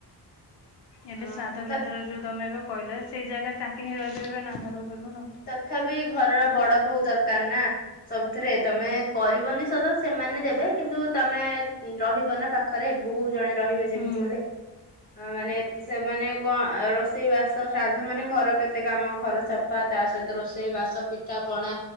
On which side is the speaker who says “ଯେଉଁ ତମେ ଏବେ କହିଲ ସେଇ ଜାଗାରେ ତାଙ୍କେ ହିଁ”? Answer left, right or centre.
Left